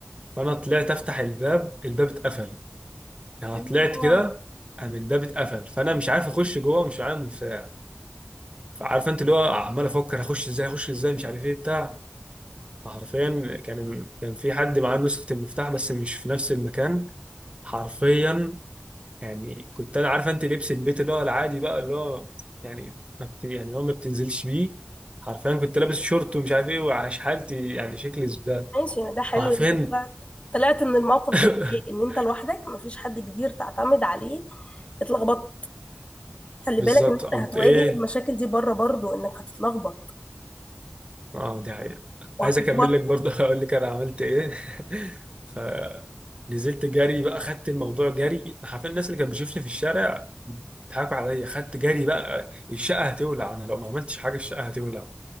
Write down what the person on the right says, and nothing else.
فانا طلعت افتح الباب الباب اتقفل يعني
طلعت كده قام الباب اتقفل فانا مش عارف اخش جوه مش معايا مفتاح فعارف انت اللي هو عمال افكر هخش ازاي هخش ازاي مش عارف ايه بتاع فحرفيا كان كان في حد معاه نسخه المفتاح بس مش في نفس المكان حرفيا يعني كنت انا عارفه انت لبس البيت اللي هو العادي بقى اللي هو يعني ما بت... يعني اللي هو ما بتنزلش بيه حرفيا كنت لابس شورت ومش عارف ايه وعاش حالتي يعني شكلي زباله
حرفيا
<laughs>
بالظبط
قمت
ايه
اه دي حقيقة
عايز اكمل لك برضه <laughs> اقول لك انا عملت ايه <laughs> ف نزلت جري بقى خدت الموضوع جري حرفيا الناس اللي كانت بتشوفني في الشارع بيضحكوا عليا خدت جري بقى الشقه هتولع انا لو ما عملتش حاجه الشقه هتولع